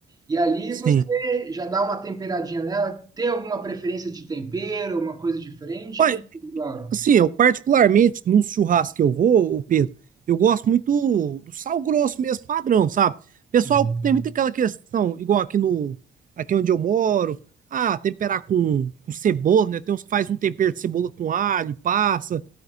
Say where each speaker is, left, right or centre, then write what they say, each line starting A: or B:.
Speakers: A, on the right; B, on the right.
A: E ali
B: sim.
A: você já dá uma temperadinha nela. Tem alguma preferência de tempero, alguma coisa diferente,
B: Olha,
A: Laura?
B: assim, eu particularmente no churrasco que eu vou, ô Pedro, eu gosto muito do, do sal grosso mesmo, padrão, sabe? Pessoal,
A: Uhum.
B: tem muito aquela questão, igual aqui no, aqui onde eu moro, ah, temperar com, com cebola, né? Tem uns que faz um tempero de cebola com alho, e passa,